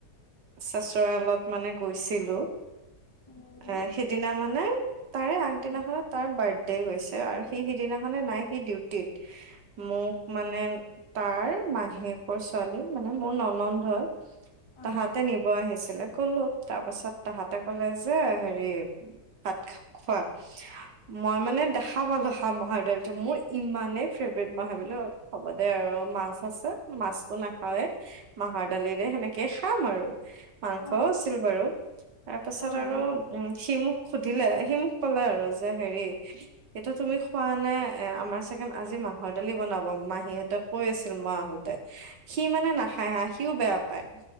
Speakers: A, on the right; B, on the left.
A: চচোৰালত মানে গৈছিলো।
B: উম
A: আহ সিদিনা মানে তাৰে আগদিনাখনত
B: অ
A: তাৰ বাৰ্থডে তে গৈছে আৰু সি সিদিনাখনে নাই সি ডিউটিত মোক মানে তাৰ মাহীয়েকৰ ছোৱালী মানে মোৰ ননন্দ হয়। তাহাতে
B: অ অ
A: নিব আহিছিলে গলো তাৰ পাছত তাহাতে ক'লে যে হেৰি ভাত খোৱা। মই মানে দেখা পালো হ মৰ দালটো মোৰ ইমানেই ফেভ মই ভাবিলো হ'ব দে আৰু মাছ আছে মাছতটো নাখাওৱেই। মাহৰ দালিৰে সেনেকে খাম আৰু মাংসও
B: অ
A: আছিল বাৰু। তাৰ পাছত
B: অ অ অ
A: আৰু উম, সি মোক সুধিলে সি মোক কলে আৰু যে হেৰি। এটো তুমি খোৱা নে এ আমাৰ চেকেনড আজি মাহ ঘডালি বনাব মাহ সিহঁতেক কৈ আছিল মই আহোতে। সি মানে নাখায় হা সিওঁ বেয়া পায়।